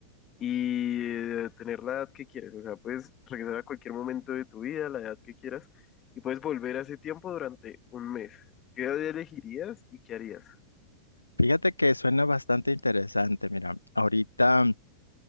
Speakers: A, on the left (about 30°); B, on the left (about 85°).
A: y eh, tener la edad que quieres. O sea, puedes regresar a cualquier momento de tu vida, la edad que quieras, y puedes volver a ese tiempo durante un mes. ¿Qué edad elegirías y qué harías?
B: Fíjate que suena bastante interesante. Mira, ahorita